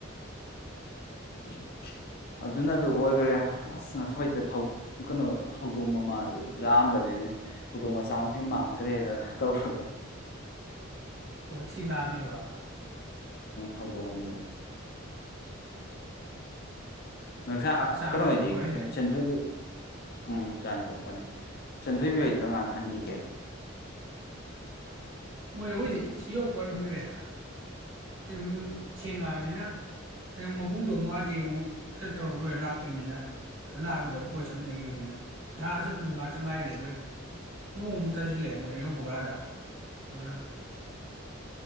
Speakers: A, on the left (about 50°); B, on the right (about 85°).
A: <inaudible> ꯑꯗꯨꯅ ꯑꯗꯨ
B: ꯎꯝ
A: ꯑꯣꯏꯈꯔꯦ ꯑꯁꯁ ꯍꯣꯏꯗ ꯊꯊꯧ ꯀꯩꯅꯣ ꯍꯧꯗꯣꯡ ꯃꯃꯥꯗ ꯂꯥꯛꯑꯝꯕꯅꯤꯅꯦ ꯍꯧꯗꯣꯡ ꯃꯆꯥ ꯃꯈꯩ ꯃꯥꯡꯈ꯭ꯔꯦꯅ ꯇꯧꯔꯒ
B: ꯑꯣꯆꯤ ꯂꯥꯃꯤꯕ
A: ꯍꯧꯗꯣꯛꯑꯅꯤꯗ ꯉꯪꯁꯥ
B: ꯃꯆꯥ
A: ꯀꯩꯅꯣ
B: ꯑꯅꯤ
A: ꯑꯣꯏꯗꯤ
B: ꯄꯣꯛꯄ꯭ꯔꯣ ꯍꯥꯏꯁꯦ
A: ꯁꯦꯟꯊꯣꯏꯁꯤ ꯎꯝ ꯆꯥꯅꯤ ꯄꯣꯛꯄꯅꯦ ꯆꯟꯊꯣꯏꯕꯤ ꯑꯣꯏꯣꯏꯗꯤ ꯀꯔꯀꯥꯟ ꯍꯟꯕꯤꯒꯦ
B: ꯃꯣꯏ ꯍꯧꯈꯖꯤ ꯁꯤ ꯌꯧ ꯀ ꯈꯪꯗꯉꯩꯗ ꯑꯗꯨꯝ ꯊꯦꯡꯉꯛꯑꯅꯤꯅ ꯑꯗꯨ ꯃꯒꯨꯡꯗꯣ ꯑꯃꯨꯛ ꯑꯗꯤ ꯑꯃꯨꯛꯩꯅ ꯇꯧꯔꯒ ꯂꯣꯏꯔ ꯂꯥꯛꯇꯣꯏꯅꯤꯅ ꯑꯗꯨ ꯂꯥꯛꯑꯗꯣꯏ ꯄꯣꯠꯁ ꯑꯝ ꯂꯩꯈꯤꯕꯅꯤꯅ ꯉꯍꯥꯛ ꯑꯁꯨ ꯑꯝꯗ ꯉꯥꯏꯥꯛꯇ ꯉꯥꯏꯔꯦ ꯑꯗꯨꯗꯣꯏ ꯅꯣꯡꯃꯨꯛ ꯇꯟꯁꯤꯜꯂꯦ ꯃꯣꯏ ꯌꯧꯕꯀꯥꯟꯗ ꯑꯗꯨꯅ